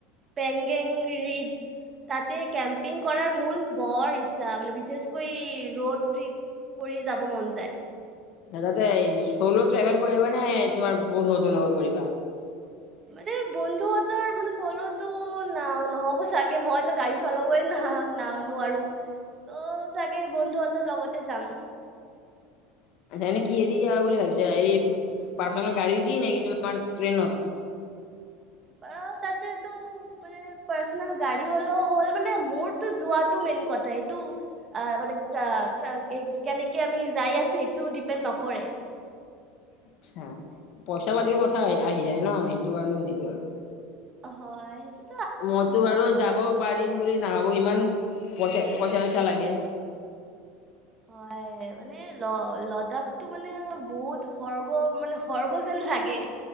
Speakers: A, on the right; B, on the left.
A: পেংগেং ৰিদ। তাতে কেম্পিং কৰাৰ মোৰ বৰ ইচ্ছা মানে বিশেষকৈ ৰড ট্ৰিপ কৰি যাব মন যায়।
B: এ তাতে চল ট্ৰেভেল কৰিবা নে তোমাৰ বন্ধু হঁতৰ লগত কৰিবা?
A: মানে বন্ধুহতৰ মানে চলোতো না নহ'ব চাগে। মইতো গাড়ী চলাবই ন না নাৱ নোৱাৰো। ত চাগে বন্ধুহতৰ লগতে যাম।
B: <unintelligible> আচছা এনে কি হেৰি যাবা বুলি ভাবিছা হেৰি পাৰ্চনেল গাড়ী দি নেকি তোমাৰ ট্ৰেইনত? <unintelligible>
A: বা তাতেতো মানে পাৰ্চনেল গাড়ী হলেও হ'ল মানে মোৰতো যোৱাতো মে ন কথ এইটো আ মানে আ কেনেকে আমি যাই আছো এইটো ডিপেণ্ড নকৰে।
B: আচ্ছা পইচা পাতিৰ কথা আহি যায় ন। সেইটো কাৰণে সুধিলো আৰু
A: হয় সেইটো
B: মইতো বাৰু যাব পাৰিম বুলি নাভাবো ইমান পইচা পইচা চইচা লাগে
A: হয় এ মানে ল লডখটো মানে বহুত সৰ্গ মানে সৰ্গ যেন লাগে।